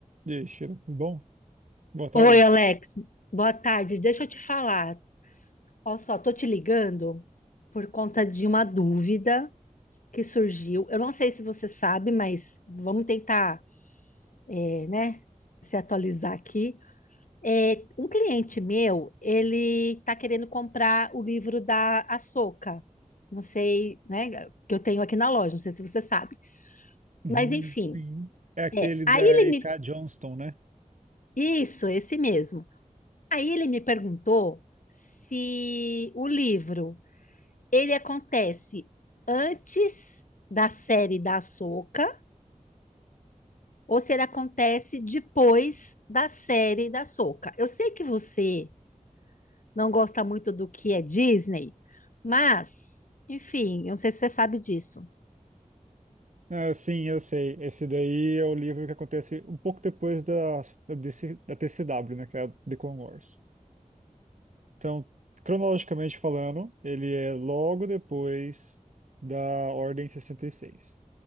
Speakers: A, on the right; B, on the left.
A: Deixa, tudo bom? Boa tarde.
B: Oi, Alex. Boa tarde. Deixa eu te falar. Olha só, tô te ligando por conta de uma dúvida que surgiu. Eu não sei se você sabe, mas vamos tentar, é, né, se atualizar aqui. É, um cliente meu, ele tá querendo comprar o livro da Assoka. Não sei, né, que eu tenho aqui na loja. Não sei se você sabe.
A: Uhum,
B: Mas enfim,
A: sim. É aquele
B: é.
A: da
B: Aí ele
A: E
B: me,
A: K Johnston, né?
B: isso, esse mesmo. Aí ele me perguntou se o livro ele acontece antes da série da Soca ou se ele acontece depois da série da Soca. Eu sei que você não gosta muito do que é Disney, mas, enfim, eu não sei se você sabe disso.
A: Ah, sim, eu sei. Esse daí é o livro que acontece um pouco depois da, da, DC da TCW, né? Que é a Deacon Wars. Então, cronologicamente falando, ele é logo depois da Ordem 66.